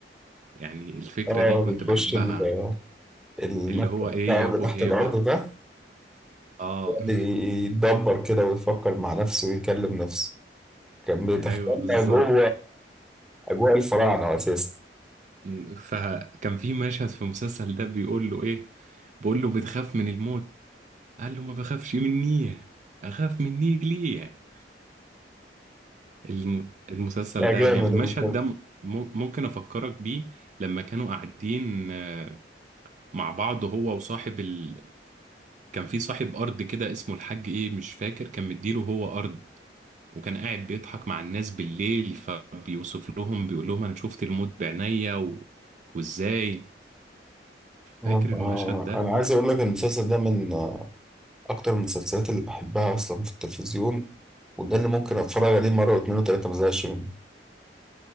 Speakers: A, on the right (about 45°); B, in the centre.
A: يعني الفكرة
B: اه
A: دي كنت
B: بيخش
A: بحبها
B: ال- المكتب
A: اللي هو إيه
B: بتاعه
A: يا
B: اللي
A: أبو
B: تحت
A: هيبة
B: الارض ده
A: اه <laughs>
B: يتدبر كده ويفكر مع نفسه ويكلم نفسه كان بيدخلنا
A: أيوه بالظبط
B: جوه اجواء الفراعنه اساسا
A: م، فكان في مشهد في المسلسل ده بيقول له إيه بيقول له بتخاف من الموت قال له ما بخافش مني أخاف مني ليه الم- المسلسل
B: لا
A: ده
B: جامد
A: جامد المشهد
B: المسلسل
A: ده م- ممكن أفكرك بيه لما كانوا قاعدين آه، مع بعض هو وصاحب ال... كان في صاحب أرض كده اسمه الحاج إيه مش فاكر كان مديله هو أرض وكان قاعد بيضحك مع الناس بالليل فبيوصف لهم بيقول لهم أنا شفت الموت بعينيا و... وإزاي
B: آه،
A: فاكر المشهد
B: آه،
A: ده
B: انا عايز اقول لك إن المسلسل ده من آه، اكتر المسلسلات اللي بحبها اصلا في التلفزيون وده اللي ممكن اتفرج عليه مره واتنين وتلاته ما زهقش منه